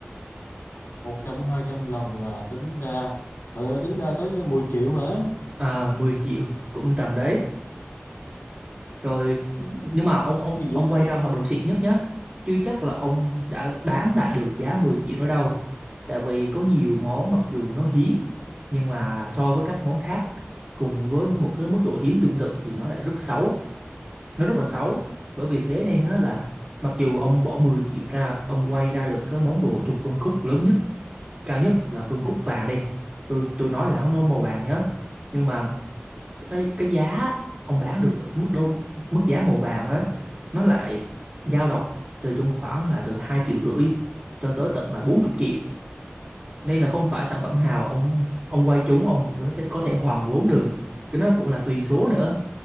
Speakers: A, on the left; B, on the right.
A: một trăm hai trăm lần là tính ra trời ơi tính ra tới mười triệu hả
B: à 10 triệu cũng tầm đấy rồi
A: Cái
B: nhưng mà ông ông
A: gì
B: ông quay
A: vậy?
B: ra họ đồ xịn nhất nhá chứ chắc là ông đã bán lại được giá 10 triệu nó đâu tại vì có nhiều món mặc dù nó hiếm nhưng mà so với các món khác cùng với một cái mức độ hiếm tương tự thì nó lại rất xấu nó rất là xấu bởi vì thế nên á là mặc dù ông bỏ 10 triệu ra ông quay ra được cái món đồ thuộc phân khúc lớn nhất cao nhất là phân khúc vàng đi tôi tôi nói là nó màu vàng nhá nhưng mà cái, cái giá ông bán được ở cái mức đó mức giá màu vàng đó nó lại dao động từ trong khoảng là từ hai triệu rưỡi cho tới tận là bốn chục triệu nên là không phải sản phẩm nào ông ông quay trúng ông cũng có thể có thể hoàn vốn được cái nó cũng là tùy số nữa